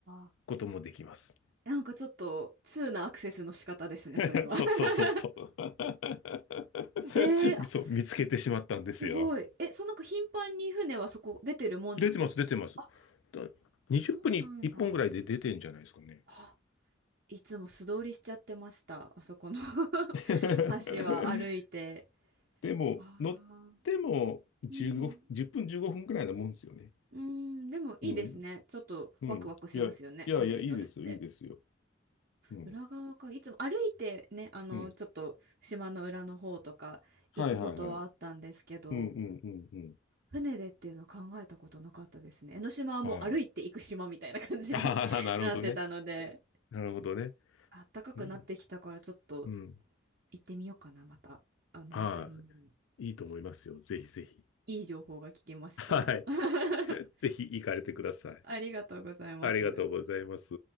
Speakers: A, on the right; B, on the left.
A: あ。
B: こともできます。
A: なんかちょっと、通なアクセスの仕方ですね、
B: <laughs>
A: それは。
B: そうそうそうそう。
A: <laughs>
B: <laughs>
A: えー、あ、
B: そう、
A: す、
B: 見つけてしまったんですよ。
A: すごい。え、そうなんか頻繁に船はそこ出てるもんなんですかあ、
B: 出てます、出てます。だ20分に1本ぐらいで出てんじゃないですかね。
A: そうなんだ。あ、いつも素通りしちゃってました。あそこの
B: <laughs>
A: <laughs> 橋は歩いて。
B: でも、
A: ああ。
B: 乗っても15分、
A: うん。
B: 0分15分くらいなもんですよね。
A: うん、でもいいですね。
B: うん。
A: ちょっとワクワクしますよね。
B: うん。いや、いやいや、
A: 船に乗るって。
B: いいですよ、いいですよ。うん。
A: 裏側か。いつも歩いてね、あの、
B: うん。
A: ちょっと島の裏の方とか行くことはあったんですけど、
B: はいはいはい。うんうんうんうん。
A: 船でっていうのは考えたことなかったですね。江ノ島はもう歩いて行く島みたいな感じに
B: はい。<laughs> ああ、
A: <laughs>
B: なるほどね。
A: なってたので、
B: なるほどね。
A: あったかくなってきたからちょっと
B: うん。うん。
A: 行ってみようかな、また。あの辺りに。
B: はい。いいと思いますよ。ぜひぜひ。
A: いい情報が聞けました。
B: はい。
A: <laughs>
B: <laughs> ぜひ行かれてください。
A: ありがとうございます。
B: ありがとうございます。